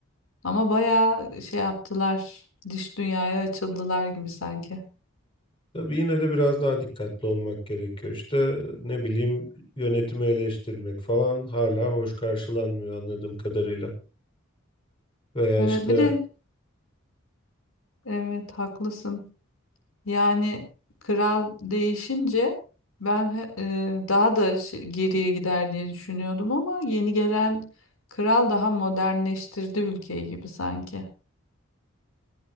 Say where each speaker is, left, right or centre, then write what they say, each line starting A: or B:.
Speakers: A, on the left; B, on the left.
A: Ama bayağı şey yaptılar. Dış dünyaya açıldılar gibi sanki.
B: Tabii yine de biraz daha dikkatli olmak gerekiyor. İşte ne bileyim yönetimi eleştirmek falan hala hoş karşılanmıyor anladığım kadarıyla. Veya
A: Evet
B: işte
A: bir de evet haklısın. Yani kral değişince ben he- e, daha da şey- geriye gider diye düşünüyordum ama yeni gelen kral daha modernleştirdi ülkeyi gibi sanki.